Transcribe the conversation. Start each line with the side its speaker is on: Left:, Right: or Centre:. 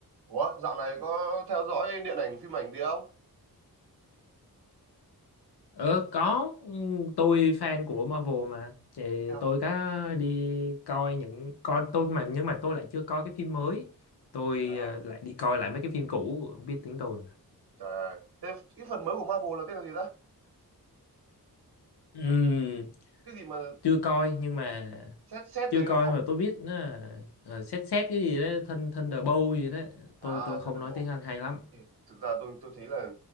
Right: Ủa, dạo này có theo dõi điện ảnh phim ảnh gì không?
Left: Ờ có Ừ, tôi fan của Marvel mà thì
Right: Hay học-
Left: tôi có đi coi những coi tôi mà nhưng mà tôi lại chưa coi cái phim mới tôi
Right: À,
Left: ờ, lại đi coi lại mấy cái phim cũ không biết tiếng tôi
Right: trời ơi. Thế cái phần mới của Marvel là tên là gì ta?
Left: Ừm,
Right: Cái gì mà
Left: chưa coi nhưng mà
Right: xét xét
Left: chưa
Right: đấy
Left: coi
Right: đúng không?
Left: nhưng mà tôi biết nó là, ờ, xét xét cái gì đó thân thân Thunderbolt gì đó
Right: À,
Left: tôi tôi không
Right: Thunderbolt.
Left: nói tiếng Anh hay lắm
Right: Ê, Thực ra tôi tôi thấy là